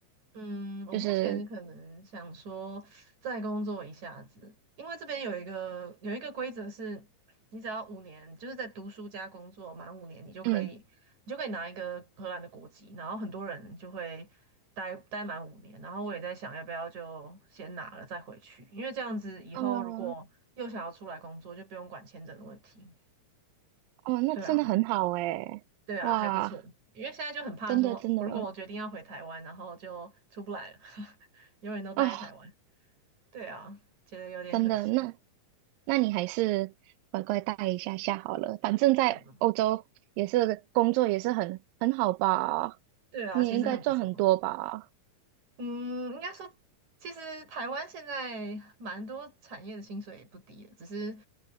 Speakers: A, on the right; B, on the right.
A: 嗯，我目前可能想说再工作一下子，
B: 就是
A: 因为这边有一个有一个规则是，你只要五年，就是在读书加工作满五年，你就可以你就可以拿一个荷兰的国籍，
B: 嗯
A: 然后很多人就会待待满五年，然后我也在想要不要就先拿了再回去，因为这样子以后如果又想要出来工作，
B: 哦
A: 就不用管签证的问题。
B: 哦，那真的很好诶，
A: 对啊，对啊，
B: 哇，
A: 还不错。因为现在就很怕说，
B: 真的真的
A: 如果我决定要回台湾，然后就出不来了，<laughs> 永远都待在台湾。
B: 哦，
A: 对啊，觉得有点可惜。
B: 真的那那你还是乖乖待一下下好了，反正在欧洲也是工作也是很很好吧，
A: 嗯，对啊，
B: 你也应该赚很多吧。
A: 其实很不错。嗯，应该说，其实台湾现在蛮多产业的薪水也不低的只是